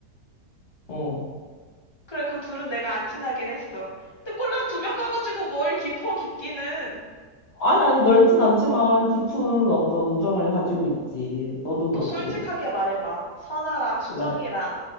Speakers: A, on the left; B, on the left.
A: 어.
B: 그래 그 둘은 내가 안 친하긴 했어. 근데 꼴랑 두 명 가가지고 뭘 깊어 깊기는.
A: 아니, 아니, 넓진 않지만 깊은 어떤 우정을 가지고 있지. 너도
B: 너
A: 그렇고.
B: 솔직하게 말해봐. 선아랑 수정이랑
A: 왜?